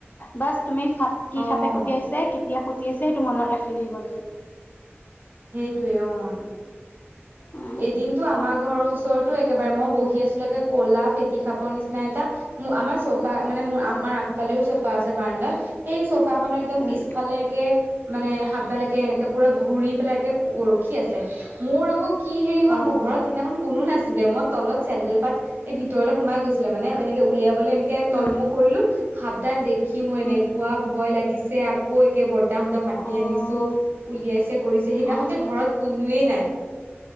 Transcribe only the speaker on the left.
বাছ তুমি সাপ কি
সাপে খুতি আহি কেতিয়া খুটি আছে সেইটো মনত ৰাখিলেই হ'ল আৰু।
উম,
অ',
উম,
অ',
উম,
উম,
অ',
অ',